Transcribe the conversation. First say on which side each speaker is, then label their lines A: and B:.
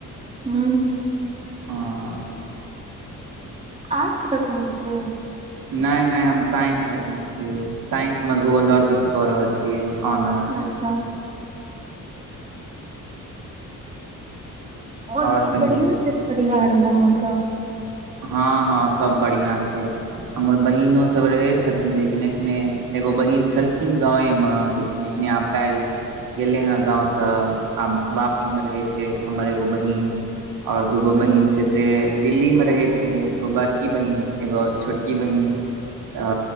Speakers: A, on the right (about 20°); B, on the right (about 85°).
A: हूँ हूँ
B: अं
A: आर्ट्स रखने छियै
B: नय नय हम साइंस रखने छियै साइंसमे जुओलॉजीसँ कऽ रहल छियै ऑनर्स
A: अच्छा और
B: आओर
A: सब
B: कहियौ
A: बढ़िया छै परिवार में अहाँक
B: हँ हँ सब बढ़ियाँ छै हमर बहिनोसभ रहैत छथिन लेकिन एखने एगो बहीन छलखिन गाँएमे लेकिन नीकिन टाल <unintelligible> गेलै हँ गाँव सँ आब वापी मे रहै छै हमर एगो बहिन और दूगो
A: ह
B: बहिन छै से दिल्ली मे रहे छै एगो बड़की छै बहिन एगो छोटकी बहिन त